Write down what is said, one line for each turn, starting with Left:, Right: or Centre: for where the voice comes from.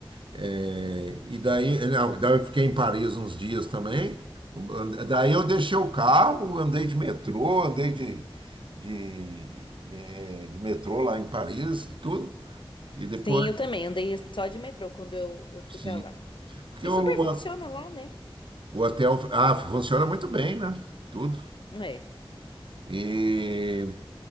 Right: É, e daí, não, daí eu fiquei em Paris uns dias também. And- Daí eu deixei o carro, andei de metrô, andei de, de, é, de metrô lá em Paris e tudo. E depois
Left: Sim, eu também andei só de metrô quando eu, eu fui
Right: Sim.
Left: pra lá.
Right: Porque
Left: E
Right: o,
Left: super funciona lá, né?
Right: o hotel ah, funciona muito bem, né? Tudo.
Left: É,
Right: E